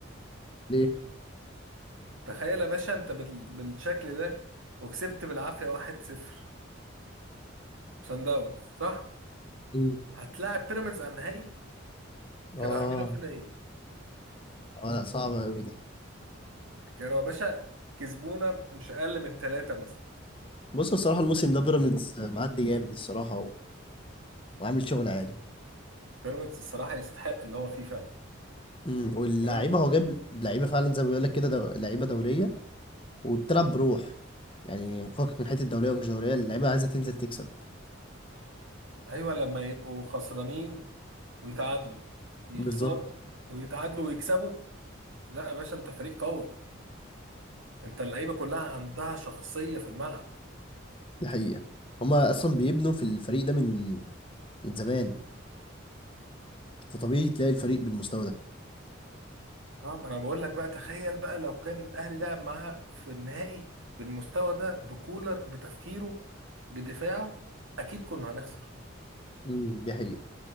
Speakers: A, on the left (about 25°); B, on the right (about 75°).
A: ليه
B: تخيل يا باشا انت بال... بالشكل ده وكسبت بالعافية 1-0 سان داونز صح
A: مم.
B: هتلاعب بيراميدز على النهائي كانوا
A: اه
B: عاملين فينا ايه
A: اه لا صعبه قوي دي
B: كانوا يا باشا كسبونا مش اقل من ثلاثة مثلا
A: بص بصراحه الموسم ده بيراميدز آه، معدي جامد الصراحه و- وعامل شغل عالي
B: بيراميدز الصراحة يستحق اللي هو فيه فعلا
A: امم واللعيبه
B: يعني أنا-
A: هو جاب لعيبه فعلا زي ما بيقول لك كده دو... لعيبه دوليه وبتلعب بروح يعني فوق من حته دوليه ومش دوليه اللعيبه عايزه تنزل تكسب
B: ايوه لما يبقوا خسرانين ويتعادلوا يخسروا
A: بالظبط
B: ويتعادلوا ويكسبوا لا يا باشا انت فريق قوي انت اللعيبة كلها عندها شخصية في الملعب
A: دي حقيقة هما أصلا بيبنوا في الفريق ده من من زمان فطبيعي تلاقي الفريق بالمستوى ده
B: اه ما انا بقول لك بقى تخيل بقى لو كان الاهلي لعب معاه في النهائي بالمستوى ده بكولر بتفكيره بدفاعه اكيد كنا هنخسر
A: امم دي حقيقة